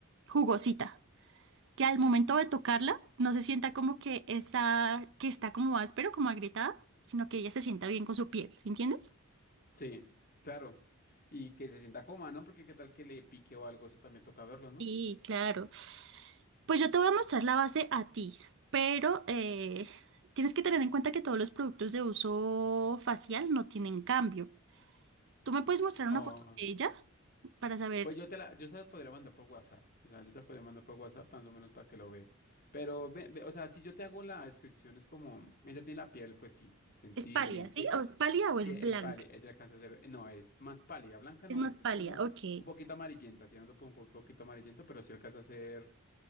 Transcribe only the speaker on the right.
Jugosita que al momento de tocarla no se sienta como que está, que está como áspero, como agrietada, sino que ella se sienta bien con su piel, ¿sí entiendes?
Sí, claro. Pues yo te voy a mostrar la base a ti, pero eh, tienes que tener en cuenta que todos los productos de uso facial no tienen cambio. Tú me puedes mostrar una
foto de ella para saber,
es pálida,
¿sí? ¿O es pálida o
es
blanca?
Es
más
pálida,
ok.